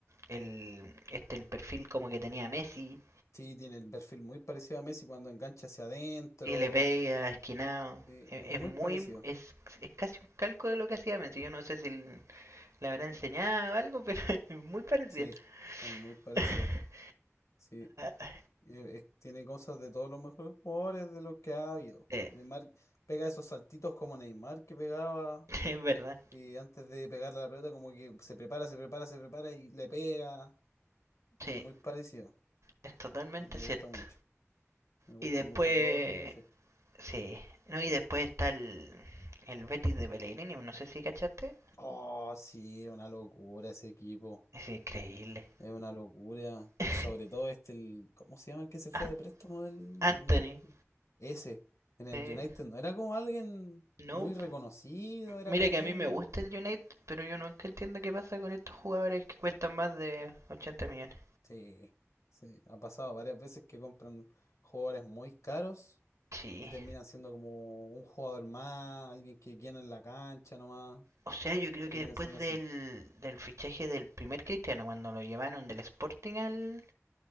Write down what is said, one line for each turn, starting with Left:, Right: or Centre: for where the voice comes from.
Right: el, este, el perfil como que tenía Messi,
Left: Sí, tiene el perfil muy parecido a Messi cuando engancha hacia adentro.
Right: y le pega, esquinado.
Left: Sí,
Right: Es,
Left: es
Right: es
Left: muy
Right: muy,
Left: parecido.
Right: es, es casi un calco de lo que hacía Messi. Yo no sé si l- le habrá enseñado algo, pero <laughs> es muy parecido.
Left: Sí, es muy parecido.
Right: <laughs>
Left: Sí,
Right: Ah,
Left: eh, eh, tiene cosas de todos los mejores jugadores de los que ha habido.
Right: eh,
Left: Neymar pega esos saltitos como Neymar que pegaba
Right: <laughs> es verdad,
Left: y antes de pegarle a la pelota como que se prepara, se prepara, se prepara y le pega.
Right: sí,
Left: Es muy parecido.
Right: es totalmente
Left: Me
Right: cierto.
Left: gusta mucho. Me gusta
Right: Y después
Left: mucho todo lo que hace.
Right: Sí, no, y después está el, el Betis de Pellegrini, no sé si cachaste.
Left: Oh, sí, una locura ese equipo.
Right: Es increíble.
Left: Es una locura.
Right: <laughs>
Left: Y sobre todo este, el, ¿cómo se llama el que se fue
Right: An-
Left: de préstamo del
Right: Anthony.
Left: United? Ese. En el
Right: eh,
Left: United no era como alguien
Right: no,
Left: muy reconocido, era
Right: mira
Left: como
Right: que a mí
Left: un...
Right: me gusta el United, pero yo nunca entiendo qué pasa con estos jugadores que cuestan más de 80 millones.
Left: Sí, sí. Ha pasado varias veces que compran jugadores muy caros
Right: Sí.
Left: y terminan siendo como un jugador más, alguien que quieren en la cancha nomás.
Right: O sea, yo creo que
Left: Termina
Right: después
Left: siendo
Right: del,
Left: así.
Right: del fichaje del primer Cristiano, cuando lo llevaron del Sporting al...